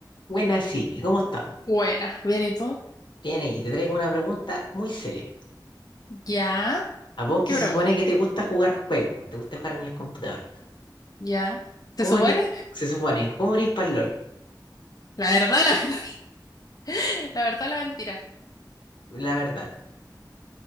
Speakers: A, on the left; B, on the left.
A: Buenas Silvi, ¿cómo estamos?
B: Buena, bien, ¿y tú?
A: Bien, aquí te traigo una pregunta muy seria.
B: Ya,
A: A vos
B: ¿qué
A: que
B: pregunta?
A: se supone que te gusta jugar juegos, te gusta jugar en el computador.
B: Ya, ¿se
A: ¿Cómo
B: supone?
A: eres, se supone, cómo eres para LOL?
B: La verdad, la mentira. <laughs> La verdad, la mentira.
A: La verdad,